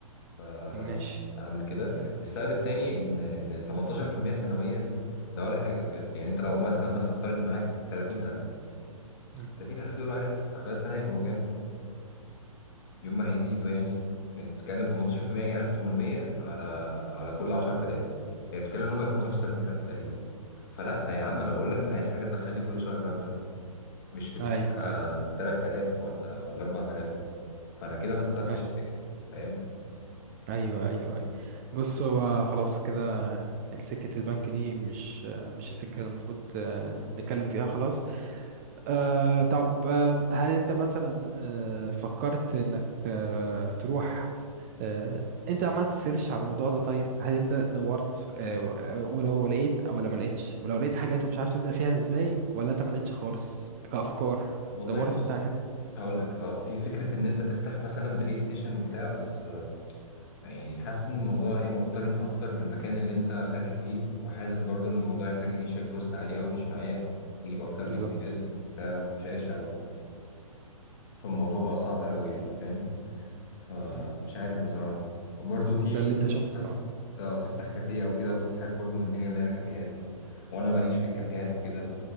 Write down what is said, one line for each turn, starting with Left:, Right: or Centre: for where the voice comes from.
Left: فانا
Right: ماشي
Left: مش مش هعمل كده
Right: م-
Left: السبب التاني
Right: م-
Left: ان ان 18% سنويا ده ولا حاجه بجد يعني انت لو مثلا مثلا افترض معاك 30000
Right: م-
Left: 30000 دول عارف في خلال سنه هيكونوا كام يوم ما هيزيدوا يعني يعني بتتكلم 18% يعني 1800 على على كل 10000 يعني بتتكلم ان هم يكونوا 35000
Right: م.
Left: تقريبا فلا يا عم انا بقول لك انا عايز حاجه تدخل لي كل شهر مبلغ مش في السنه
Right: ايوه ايوه
Left: 3000 ولا ولا 4000 فانا كده ما استفدتش
Right: أيوه.
Left: حاجه فاهم
Right: ايوه ايوه ايوه بص هو خلاص كده سكة البنك دي مش مش السكة اللي المفروض آه، نتكلم فيها خلاص أه طب آه، هل انت مثلا أه فكرت انك أه تروح أه انت عملت سيرش على الموضوع ده طيب هل انت دورت أه ولو لقيت او ولا ما لقيتش ولو لقيت حاجات ومش عارف تبدأ فيها ازاي ولا انت ما لقيتش خالص كأفكار
Left: والله
Right: دورت
Left: بص
Right: انت على النت
Left: هقول لك اه في فكره ان انت تفتح مثلا بلاي ستيشن وبتاع بس آه، يعني حاسس ان الموضوع ايه مقترن اكتر بالمكان اللي انت فاتح فيه وحاسس برضو ان الموضوع يحتاج انيشال كوست عالي قوي مش معايا تجيب اكتر من
Right: بالظبط
Left: جهاز وبتاع وشاشه و... فالموضوع بقى صعب قوي يعني فاهم فمش
Right: مم.
Left: عارف بصراحه وبرضو في
Right: ده اللي
Left: تفتح
Right: انت شفته اه.
Left: اه تفتح كافيه او كده بس حاسس برضو ان الدنيا مليانه كافيهات وانا ماليش في الكافيهات وكده